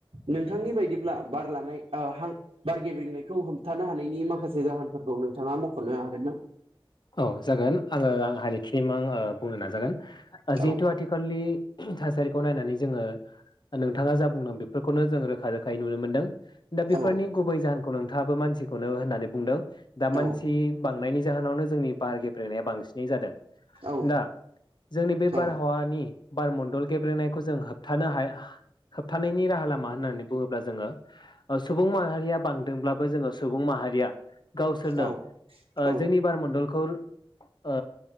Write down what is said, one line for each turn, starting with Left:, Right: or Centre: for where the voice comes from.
Right: नों थांनि बायदिब्ला बार लानाय ओ हां बारगेब्रंनायखौ होबथानो हानायनि माखासे जाहोनफोरखौ नोंथाङा मखनो हागोन ना?
Left: औ जागोन आङो आं हानाय खिमां ओ बुंनो नाजागोन। ओ जिहेतु
Right: औ
Left: आथिखालनि थासारिखौ नायनानै जोङो नोंथाङा जा बुंदों बेफोरखौनो जों रोखा रोखायै नुनो मोनदों। दा बेफोरनि
Right: औ
Left: गुबै जाहो खौ नोंथाङाबो मानसिखौनो होननानै बुंदों दा मानसि
Right: औ
Left: बांनायनि जाहोनावनो जोंनि बार गेब्रेनाया बांसिनै जादों
Right: औ
Left: दा जोंनि बे
Right: औ
Left: बारहावानि बारमण्डल गेब्रेनायखौ जों होबथानो हाया होबथानायनि राहा लामा होननानै बुङोब्ला जोङो ओ सुबुं माहारिया बांदोंब्लाबो जोङो सुबुं माहारिया गावसोरनो
Right: औ
Left: ओ
Right: औ
Left: जोंनि बारमण्डल खुर ओ